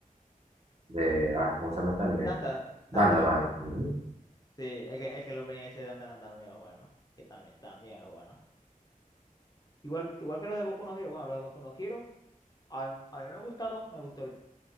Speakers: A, on the right (about 45°); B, on the left (about 25°).
A: de ah, ¿cómo se llama este anime?
B: Danda,
A: Dandadan.
B: Dandaran.
A: ujú.
B: Sí, es que, es que el opening ese de Dandaran también es bueno. Que también, también es bueno. Igual, igual que los de Boku no Hero, bueno, los de Boku no Hero, a mí, a mí me gustaron, me gustó el,